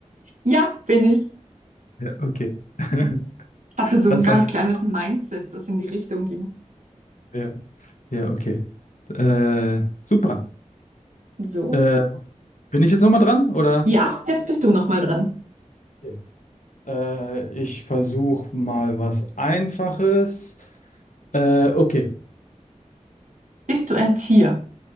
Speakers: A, on the right (about 80°); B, on the left (about 80°).
A: Ja, bin ich.
B: Ja, okay. <laughs>
A: Hatte so
B: Das
A: ein ganz
B: war.
A: kleines Mindset, das in die Richtung ging.
B: Ja, ja, okay. Äh, super.
A: So.
B: Äh, bin ich jetzt nochmal dran, oder?
A: Ja, jetzt bist du noch mal dran.
B: Okay. Äh, ich versuche mal was Einfaches. Äh, okay.
A: Bist du ein Tier?